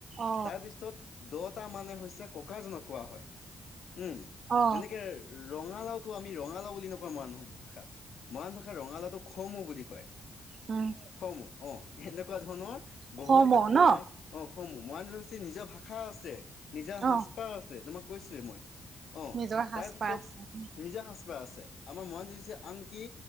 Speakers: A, on the right; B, on the left.
A: অ
B: তাৰ পিছত দ'তা মানে হৈছে, ককাজনক কোৱা হয় উম
A: অ
B: যেনেকে ৰঙালাওটো আমি ৰঙালাও বুলি নকওঁ মৰাণ ভাষাত। মৰাণ ভাষাত ৰঙালাউটো খমউ বুলি কয়।
A: হয়
B: খমউ, অ এনেকুৱা ধৰণৰ বহুত
A: সম ন
B: আমাৰ অ খমউ মৰাণ জনগোষ্টি নিজৰ ভাষা আছে, নিজৰ
A: অ
B: সাজপাৰ আছে, তোমাক কৈছোৱে মই। অ',
A: নিজৰ সাজপাৰ
B: তাৰপিছত
A: আছে।
B: নিজা সাজপাৰ আছে, আমাৰ মৰাণ জনগোষ্ঠী আনকি